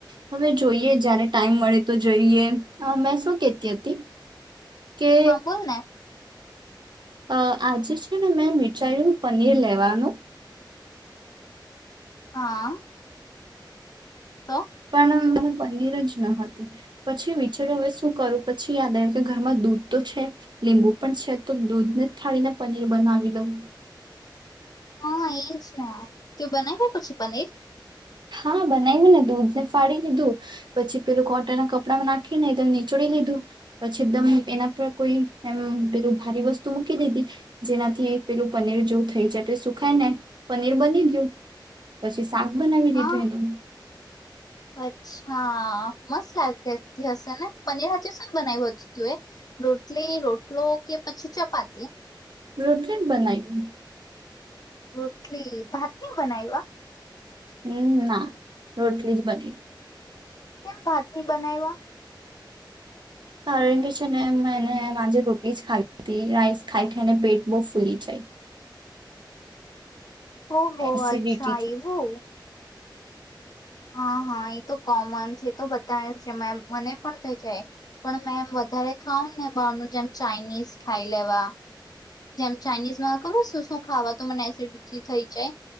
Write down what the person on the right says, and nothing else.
હવે જોઈએ જયારે ટાઈમ મળે તો જઈએ મેં શું કેતી હતી? કે
અ આજે છે ને મેં મિઠાઈનું પનીર લેવાનું
પણ પનીર જ ન હતુ. પછી વિચાર્યુ હવે શું કરું,. પછી યાદ આવ્યુ કે ઘરમાં દૂધ તો છે લીંબુ પણ છે તો દૂધને જ ફાળીને પનીર બનાવી લઉં.
હા, બનાવ્યું ને દૂધને ફાડી લીધું પછી પેલું કોટન ના કપડા નાખીને એકદમ નીચડી લીધું પછી એકદમ એના પર કોઈ એમ પેલું ભારી વસ્તુ મૂકી દીધી જેનાથી પેલું પનીર જેવું થઈ જાય સુખાય ને પનીર બ બની ગયુ પછી શાક બનાવી દીધું.
એનું
રોટલી જ બનાઈ.
હમ ના રોટલી જ બને
કારણ કે છેને મેને માજે રોટલી જ ખા રઇસ ખાય ખને પેટ બહ ફૂલી જાય
એસિડિટી